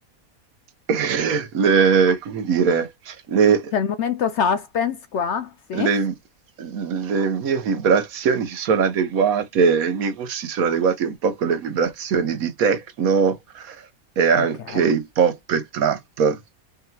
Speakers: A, on the right; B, on the left.
A: <laughs> le- come dire, le,
B: C'è il momento suspense qua, sì?
A: le, le mie vibrazioni si sono adeguate, i miei gusti sono adeguati un po' con le vibrazioni di techno e anche
B: Ok,
A: hip hop e trap.